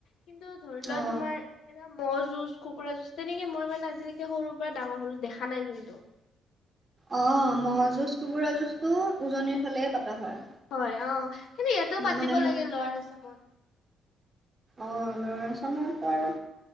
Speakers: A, on the left (about 75°); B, on the right (about 30°).
A: কিন্তু ধৰি লোৱা
B: অ
A: তোমাৰ এনে মহ' যুঁজ, কুকুৰা যুঁজ, তেনেকে মই মানে আজিলৈকে সৰুৰ পৰা ডাঙৰ হলোঁ দেখা নাই কিন্তু।
B: অ', ম'হ যুঁজ, কুকুৰা যুঁজটো উজনিৰ ফালে পতা হয়।
A: হয় অ', কিন্তু ইয়াতেও পাতিব
B: মানে মোক
A: লাগে লোৱাৰ আচামত।
B: অ', লোৱাৰ আচামত'তো আৰু